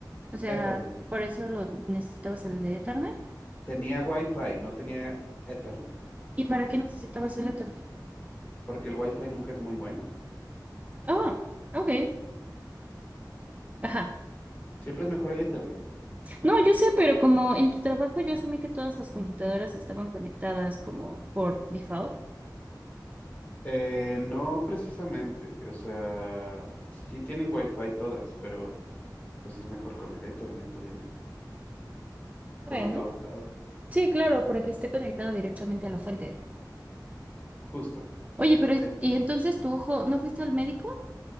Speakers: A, on the right (about 20°); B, on the left (about 20°).
A: O sea,
B: Ethernet.
A: por eso lo necesitabas el de Ethernet.
B: Tenía Wi-Fi, no tenía Ethernet,
A: ¿Y para qué necesitabas el Ethernet?
B: porque el Wi-Fi nunca es muy bueno.
A: Oh, ok. Ajá.
B: Siempre es mejor el Ethernet.
A: No, yo sé, pero como en tu trabajo yo asumí que todas las computadoras estaban conectadas como por default.
B: Eh, no precisamente, o sea, sí tienen Wi-Fi todas, pero pues es mejor con el Ethernet, obviamente, como
A: Bueno,
B: en todos lados.
A: sí, claro, para que esté conectado directamente a la fuente.
B: Justo.
A: Oye, pero
B: Eh,
A: ¿y entonces tu ojo no fuiste al médico?